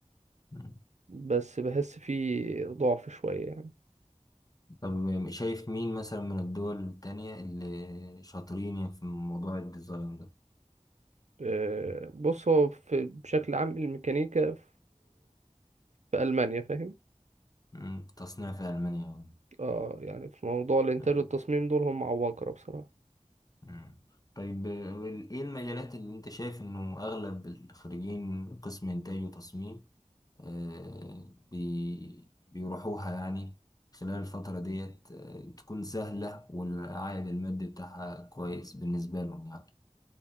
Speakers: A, on the left; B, on the right.
A: مم.
B: بس بحس فيه ضعف شوية يعني
A: طب شايف مين مثلا من الدول التانية اللي شاطرين في موضوع الديزاين ده
B: آه، بص هو في بشكل عام الميكانيكا في, في ألمانيا فاهم
A: مم. تصنيع في ألمانيا يعني
B: اه يعني في موضوع الإنتاج
A: مم.
B: والتصميم دول هم عباقرة بصراحة
A: مم. طيب آه، وال- ايه المجالات اللي انت شايف انه اغلب الخريجين قسم انتاج وتصميم آه بي بيروحوها يعني خلال الفترة ديت آه، تكون سهلة والعائد المادي بتاعها كويس بالنسبة لهم يعني